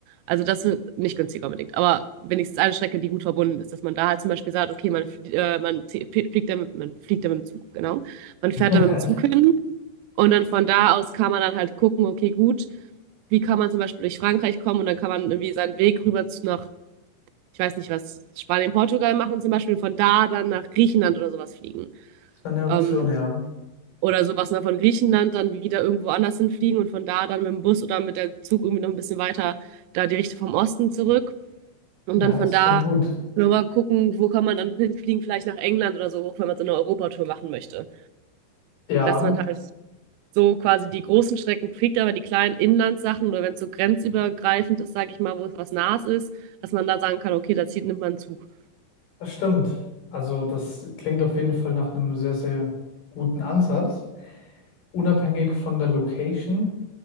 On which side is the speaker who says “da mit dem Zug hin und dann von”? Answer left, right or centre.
Right